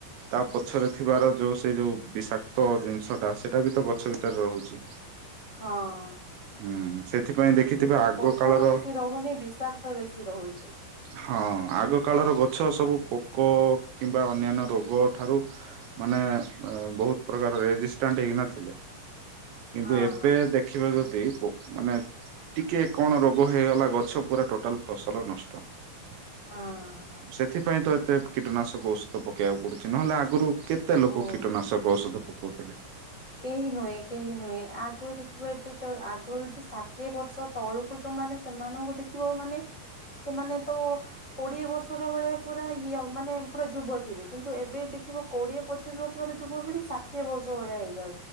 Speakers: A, on the right; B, on the left.
A: ତା ପଛରେ ଥିବାର ଯୋଉ ସେଇ ଯୋଉ ବିଷାକ୍ତ ଜିନିଷଟା ସେଇଟା ବି ତ ଗଛ ଭିତରେ ରହୁଛି
B: ହଁଅ।
A: ହୁଁ ସେଥିପାଇଁ ଦେଖିଥିବେ
B: ଏଥିରେ
A: ଆଗ
B: ପୋଷଣ
A: କାଳର
B: ବେଶି ରହୁନି ବିଷାକ୍ତ ବେଶୀ ରହୁଛି।
A: ହଁ ଆଗ କାଳର ଗଛ ସବୁ
B: ହଁ
A: ପୋକ କିମ୍ ବା ଅନ୍ୟାନ୍ୟ ରୋଗ ଠାରୁ ମାନେ ବହୁତ ପ୍ରକାର ରେଜିଷ୍ଟାଣ୍ଟ ହେଇନଥିଲେ କିନ୍ତୁ
B: ହଁ
A: ଏବେ
B: ହଁ।
A: ଦେଖିବା ଯଦି ମାନେ ଟିକେ କଣ ରୋଗ ହେଇଗଲା ଗଛ ପୁରା ଟୋଟାଲ ଫସଲ ନଷ୍ଟ।
B: ହଁ
A: <inaudible> ସେଥିପାଇଁ ତ ଏତେ କୀଟନାଶକ ଔଷଧ ପକେଇବାକୁ ପଡୁଛି। ନହେଲେ ଆଗରୁ କେତେ
B: ବହୁତ
A: ଲୋକ କୀଟନାଶକ ଔଷଧ ପକଉଥିଲେ।
B: କେହି ନୁହେଁ କେହି ନୁହେଁ ଆଗ ଦେଖିବ ଏବେ ଯୋଉ ଆଗରୁ ଷାଠିଏ ବର୍ଷ ତଳକୁ ଯୋଉମାନେ ସେମାନଙ୍କୁ ଦେଖିବ ମାନେ ସେମାନେ ତ କୋଡିଏ ବର୍ଷର ଭଳିଆ ପୁରା ୟଅ ମାନେ ପୁରା ଯୁବ ଥିବେ କିନ୍ତୁ ଏବେ ଦେ ଦେଖିବ କୋଡିଏ ପଚିଶ ବର୍ଷ ର ଯୁବ ପିଡ଼ି ଷାଠିଏ ବର୍ଷ ଭଳିଆ ହେଇ